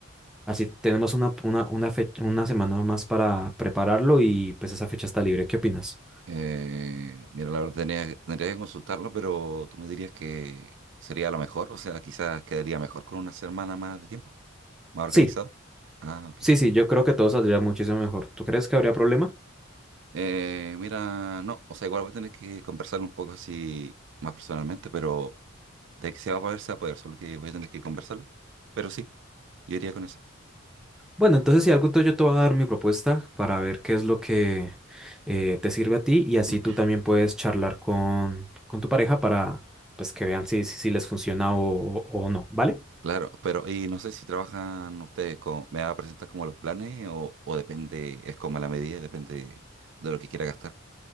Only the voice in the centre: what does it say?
Así tenemos una, una, una, fe- una semana más para prepararlo y pues esa fecha está libre. ¿Qué opinas?
Sí,
sí, sí, yo creo que todo saldría muchísimo mejor. ¿Tú crees que habría problema?
Bueno, entonces si algo, entonces yo te voy a dar mi propuesta para ver qué es lo que eh, te sirve a ti y
así tú también puedes charlar con, con tu pareja para pues que vean si, si, si les funciona o o no, ¿vale?